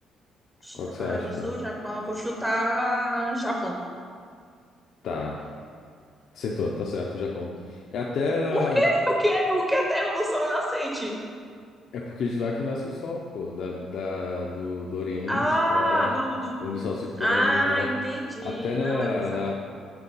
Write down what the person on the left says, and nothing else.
Qual que
você acha
que
é?
Tá. Acertou, tá certo, Japão. É até da...
É porque de lá que nasce o sol, pô. Da, da, do, do Oriente
pra lá,
onde o sol se põe
e tal.
Até na,
na